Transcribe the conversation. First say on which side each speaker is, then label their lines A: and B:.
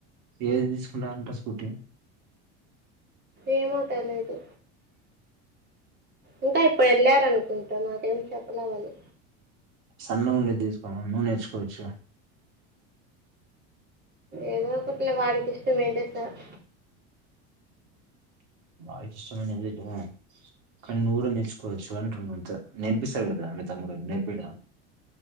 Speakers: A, on the right (about 65°); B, on the right (about 30°).
A: ఏది తీసుకుంటారంట స్కూటీ
B: ఏమో తెలేదు ఇంకా ఇప్పుడు వెళ్ళారనుకుంటా నాకేం చెప్పలే వాళు
A: సన్నగాండేది తీసుకోమ నూ నేర్చుకోవచ్చు
B: ఏదో ఒకట్లే వాడికి ఇష్టమైంటే సాల్
A: వాడికి ఇష్టమైన దగ్గర కానీ నువ్వు కూడా నేర్చుకోవచ్చు అంటున్నా అంతే నేర్పిస్తారు కదా మీ తమ్ముడు నేర్పిడా.